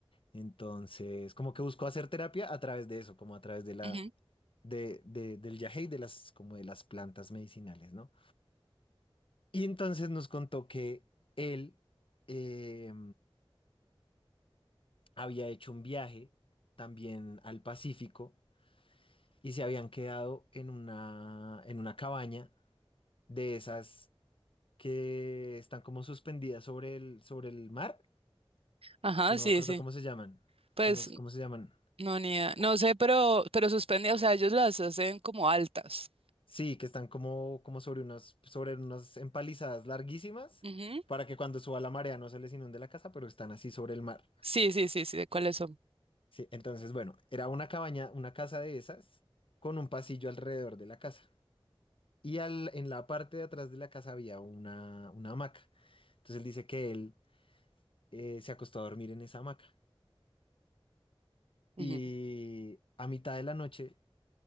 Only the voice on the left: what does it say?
Entonces, como que buscó hacer terapia a través de eso, como a través de la,
de, de- del yagé y de las, como de las plantas medicinales, ¿no? Y entonces nos contó que él eh, había hecho un viaje también al Pacífico y se habían quedado en una, en una cabaña de esas que están como suspendidas sobre el, sobre el mar.
Es que no
me acuerdo
cómo se llaman.
¿Cómo, es- cómo se llaman?
Sí, que están como, como sobre unas, sobre unas empalizadas larguísimas
para que cuando suba la marea no se les inunde la casa, pero están así sobre el mar.
Sí, entonces, bueno, era una cabaña, una casa de esas con un pasillo alrededor de la casa. Y al, en la parte de atrás de la casa había una, una hamaca. Entonces él dice que él eh, se acostó a dormir en esa hamaca.
Y a mitad de la noche